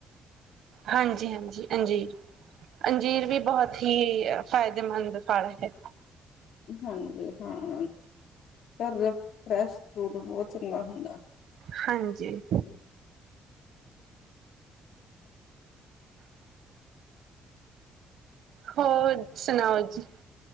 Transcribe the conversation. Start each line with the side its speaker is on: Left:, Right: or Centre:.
Right: ਹਾਂਜੀ ਹਾਂਜੀ ਹਾਂਜੀ ਅੰਜੀਰ ਵੀ ਬਹੁਤ ਹੀ ਅ ਫਾਇਦੇਮੰਦ ਫਲ ਹੈ
Left: ਹਾਂਜੀ ਹਾਂ ਪਰ ਫਰੈਸ਼ ਫਰੂਟ ਬਹੁਤ ਚੰਗਾ ਹੁੰਦਾ
Right: ਹਾਂਜੀ ਹੋਰ ਸੁਣਾਓ ਜੀ